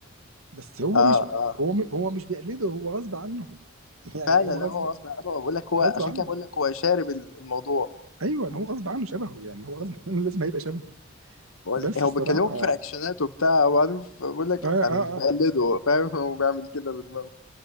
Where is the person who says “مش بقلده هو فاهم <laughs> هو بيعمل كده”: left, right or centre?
Left